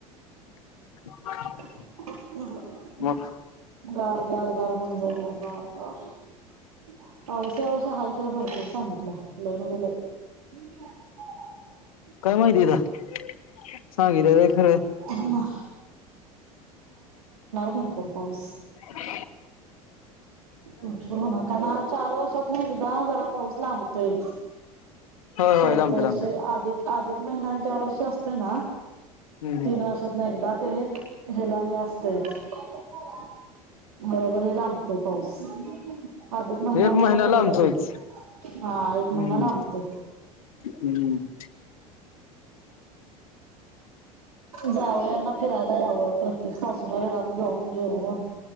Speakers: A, on the left (about 65°); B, on the right (about 70°).
A: <inaudible>
B: <unintelligible> वष
A: मग
B: औष हा त्याला भरपूर सांगितलंय लय म्हणजे लय...
A: काय माहिती आहे मला सांगितलेल ते खरंय..
B: आम्हा... भपूर पाऊस..
A: ह...
B: भरपूर होणार कारण हा चार वर्षातन एकदा जरा... पाऊस लांबतोच
A: होय
B: चौथ्या
A: होय लांबतोय
B: वर्षे
A: लांबतोय
B: अधिक- अधिक... महिना ज्या वर्षी असतोय ना...
A: हम्म
B: तीन वर्षांत न एकदा तरी हेला- हे फळ असतंच. बरोबर हे लांबतय पाऊस... अधिक
A: हम्म
B: महिन्यामुळ
A: एक महिना
B: पुढ
A: लांबतोयच
B: जातंय हा एक महिना
A: हम्म
B: लांबतो...
A: हम्म...
B: जावं यांना फिरायला यावं प्रत्येक सासूला घरात जाऊन.. घेऊन